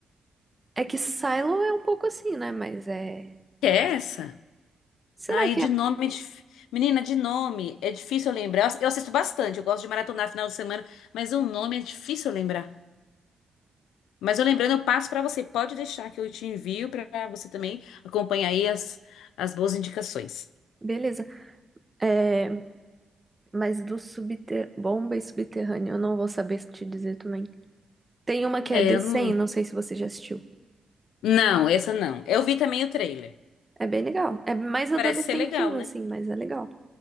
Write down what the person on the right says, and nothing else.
É que Silo é um pouco assim, né? Mas é.
Será
que
é?
Beleza. É, Mas do subter... bomba e subterrâneo, eu não vou saber te dizer também. Tem uma que
é The
100,
não sei se você já assistiu.
É bem legal. É mais adolescentinho,
assim,
mas é legal.